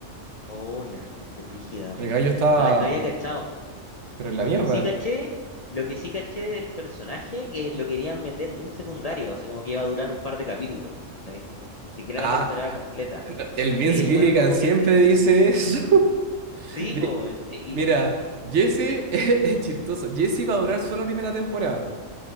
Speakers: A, on the left; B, on the right.
A: Hola, cuestión brígida,
B: El
A: weón.
B: gallo estaba,
A: No, no había cachado.
B: pero en
A: Lo
B: la mierda.
A: que sí caché, lo que sí caché del personaje, que lo querían meter muy secundario, así como que iba a durar un par de capítulos, ¿sí? O ni siquiera
B: Ah,
A: la temporada completa.
B: no, el
A: Y
B: Vince
A: ahí el
B: Gilligan
A: weón como
B: siempre
A: que
B: dice eso. <laughs>
A: Sí,
B: Di-
A: pues, y
B: Mira,
A: y
B: Jesse <laughs> es, es chistoso. Jesse va a durar solo la primera temporada.